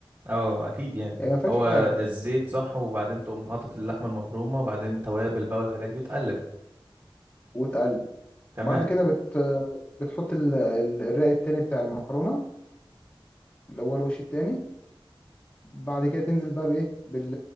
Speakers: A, on the right (about 35°); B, on the left (about 25°).
A: اه اكيد يعني
B: يعني ما فيهاش
A: هو
B: حاجه
A: الزيت صح وبعدين تقوم حاطط اللحمة المفرومة وبعدين توابل بقى والحاجات دي وتقلب
B: وتقلب
A: تمام
B: بعد كده بت... بتحط ال... ال- الرق التاني بتاع المكرونه اللي هو الوش التاني بعد كده تنزل بقى بايه بال